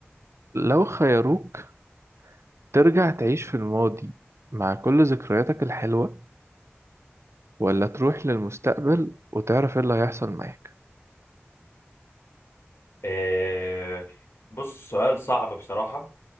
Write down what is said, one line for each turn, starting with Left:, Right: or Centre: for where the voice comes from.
Right: لو خيروك ترجع تعيش في الماضي مع كل ذكرياتك الحلوة ولا تروح للمستقبل وتعرف ايه اللي هيحصل معاك
Left: آه بص سؤال صعب بصراحة